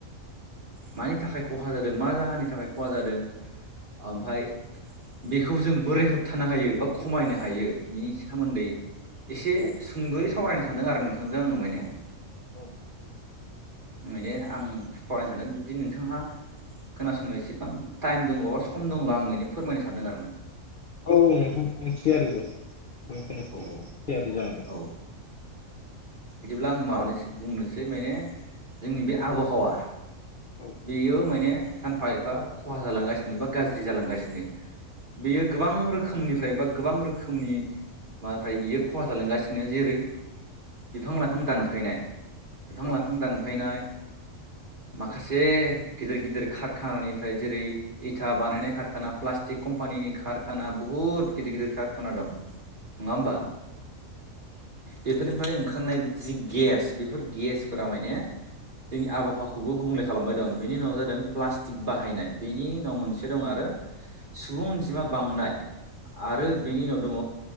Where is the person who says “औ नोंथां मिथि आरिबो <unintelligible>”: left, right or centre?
Left